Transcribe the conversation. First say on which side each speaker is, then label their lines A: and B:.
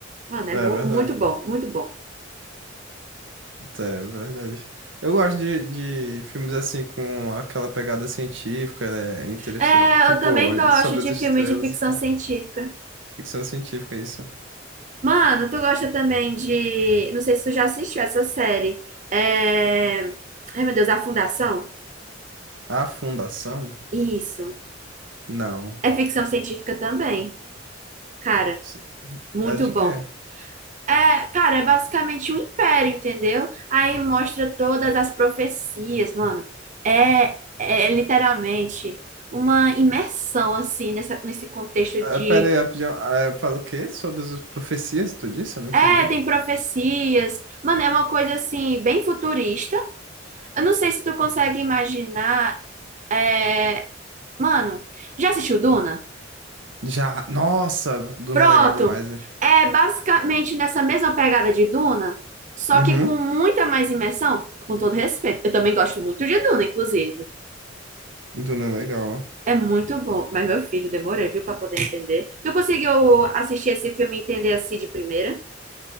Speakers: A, on the right; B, on the right.
A: Mano, é
B: É
A: mu-
B: verdade.
A: muito bom, muito bom.
B: É verdade. Eu gosto de, de filmes assim com aquela pegada científica, né? Interestelar.
A: É,
B: Tipo,
A: eu também gosto
B: sobre
A: de
B: as estrelas
A: filme de ficção
B: e tal.
A: científica.
B: Ficção científica, é isso.
A: Mano, tu gosta também de. Não sei se tu já assistiu essa série. É... Ai, meu Deus, A Fundação?
B: A Fundação?
A: Isso.
B: Não.
A: É ficção científica também, cara,
B: S-
A: muito
B: É de
A: bom.
B: quê?
A: É, cara, é basicamente um império, entendeu? Aí mostra todas as profecias, mano. É, é literalmente uma imersão, assim, nessa, nesse contexto
B: Ah,
A: de.
B: pera aí, rapidinho. Ah, é, fala o quê? Sobre as profecias, tu disse? Eu não entendi.
A: É, tem profecias. Mano, é uma coisa, assim, bem futurista. Eu não sei se tu consegue imaginar. é, Mano, já assistiu Duna?
B: Já. Nossa, Duna
A: Pronto.
B: é legal demais, né?
A: É basicamente nessa mesma pegada de Duna, só
B: Uhum.
A: que com muita mais imersão, com todo respeito. Eu também gosto muito de Duna, inclusive.
B: Duna é legal.
A: É muito bom. Mas, meu filho, demorei, viu, pra poder entender. Tu conseguiu assistir esse filme e entender assim de primeira?